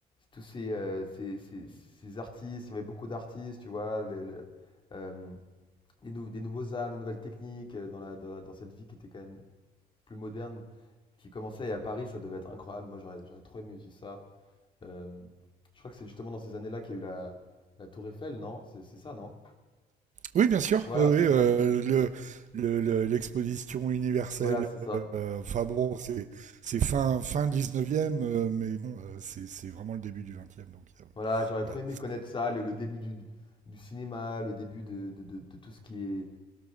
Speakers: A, on the left (about 30°); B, on the right (about 45°).
A: tous ces, euh, ces, ces, ces artistes, il y avait beaucoup d'artistes, tu vois, le- le, euh, des, nou- des nouveaux arts, des nouvelles techniques euh, dans la, dans la- dans cette vie qui était quand même plus moderne, qui commençait, et à Paris, ça devait être incroyable. Moi, j'aurais, j'aurais trop aimé vivre ça. Euh, je crois que c'est justement dans ces années-là qu'il y a eu la, la Tour Eiffel, non? C'est c'est ça, non?
B: Oui, bien sûr.
A: Voilà,
B: Oui, oui,
A: c'est
B: euh,
A: ça.
B: le- le- le- l'exposition universelle.
A: Voilà, c'est ça.
B: euh, Enfin bon, c'est c'est fin fin 19e, euh, mais bon, euh, c'est c'est vraiment le début du 20 donc euh,
A: Voilà, j'aurais
B: voilà.
A: trop aimé connaître ça, le, le début du, du cinéma, le début de, de, de- de tout ce qui est...